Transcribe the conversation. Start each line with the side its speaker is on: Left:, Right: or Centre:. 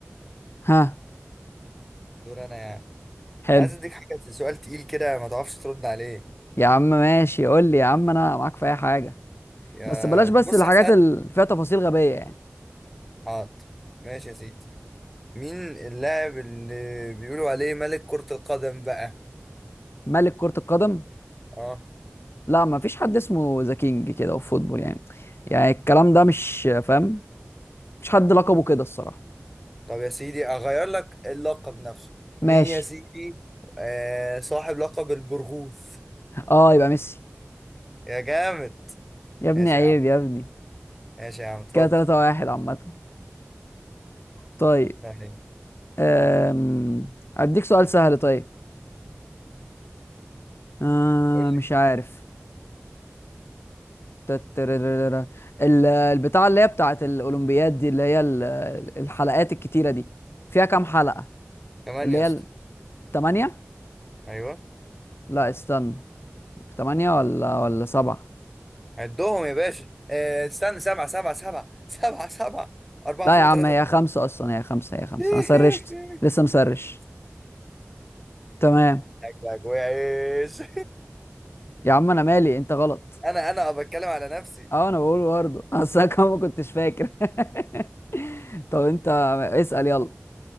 Left: ها
Centre: دور انا يعني
Left: حلو
Centre: انا عايز اديك حاجه سؤال تقيل كده ما تعرفش ترد عليه
Left: يا عم ماشي قول لي يا عم انا معاك في اي حاجه
Centre: يا
Left: بس بلاش بس
Centre: بص
Left: الحاجات
Centre: هسأل
Left: اللي فيها تفاصيل غبيه يعني
Centre: حاضر ماشي يا سيدي مين اللاعب اللي بيقولوا عليه ملك كرة القدم بقى
Left: ملك كره القدم
Centre: اه
Left: لا ما فيش حد اسمه ذا كينج كده في فوتبول يعني يعني الكلام ده مش فاهم مش حد لقبه كده الصراحه
Centre: طب يا سيدي اغير لك اللقب نفسه
Left: ماشي
Centre: مين يا سيدي آه صاحب لقب البرغوث
Left: اه يبقى ميسي
Centre: يا جامد
Left: يا ابني
Centre: ماشي
Left: عيب
Centre: يا عم
Left: يا ابني
Centre: ماشي يا عم اتفضل
Left: كده 3 واحد عامه طيب
Centre: يعني
Left: أم... اديك سؤال سهل طيب آه
Centre: قول
Left: مش
Centre: لي
Left: عارف تتررررر. ال- البتاعة اللي هي بتاعت الأولمبياد دي اللي هي ال- الحلقات الكتيرة دي فيها كام حلقة؟
Centre: كمان
Left: اللي
Centre: يا
Left: هي
Centre: اسطى
Left: التمانية؟
Centre: ايوه
Left: لا استنى تمانية ولا ولا سبعة؟
Centre: عدهم يا باشا آه، استنى سبعة سبعة سبعة سبعة سبعة أربعة
Left: لا
Centre: فوق
Left: يا
Centre: وثلاثة
Left: عم هي
Centre: تحت
Left: خمسة أصلا هي خمسة هي خمسة
Centre: <laughs>
Left: أنا سرشت لسه مسرش تمام
Centre: شكلك وحش
Left: يا عم أنا مالي أنت غلط
Centre: <laughs> أنا أنا بتكلم على نفسي
Left: أه أنا بقول برضه <laughs> أصل أنا كمان ما كنتش فاكر <laughs> طب أنت اسأل يلا